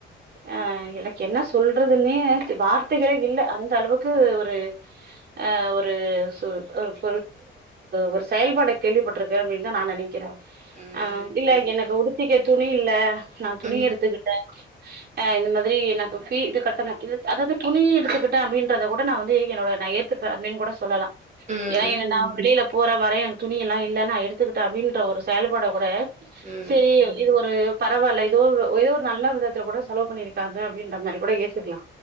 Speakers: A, on the right (about 55°); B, on the right (about 35°).
A: அஹ் எனக்கு என்ன சொல்றதுன்னே வார்த்தைகளே இல்ல அந்த அளவுக்கு ஒரு ஆஹ் ஒரு <unintelligible> ஒரு செயல்பாட கேள்விப்பட்டிருக்கேப் தா நா நெனைக்கிறே
B: ம்
A: ஆஹ் இல்ல
B: கண்டிப்பா
A: எனக்கு உடுத்திக்கத் துணி இல்ல நா துணி
B: ம்
A: எடுத்துக்கிட்டே ஆஹ் இந்த மாதிரி எனக்கு பீ இது கட்டனும் இது அதாது துணி எடுத்துக்கிட்டே அப்படின்றத கூட நா வந்து என்னோட நா ஏத்துப்ப அப்படின்னு கூட சொல்லலா
B: ம்
A: ஏ இன்ன நா வெளியில போ போற வரையு எனக்கு துணி எல்லா இல்ன்னா எடுத் கத்துக்கிட்ட அப்டின்ற ஒரு செயல்பாட கூட
B: ம்
A: சரி இது ஒரு பரவாயில்ல இதுவ் இது ஒரு நல்ல விதத்துல கூட செலவு பண்ணியிருக்காங்க அப்டின்ற மாரி கூட ஏத்துக்கலா